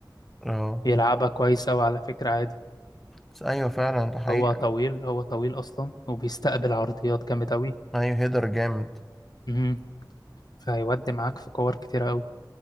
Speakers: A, in the centre; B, on the left.
A: اه
B: يلعبها كويس أوي على فكرة عادي
A: بس ايوه فعلا ده حقيقة
B: هو طويل هو طويل أصلا وبيستقبل عرضيات جامد أوي
A: ايوه هيدر جامد
B: امم فهيودي معاك في كور كتير أوي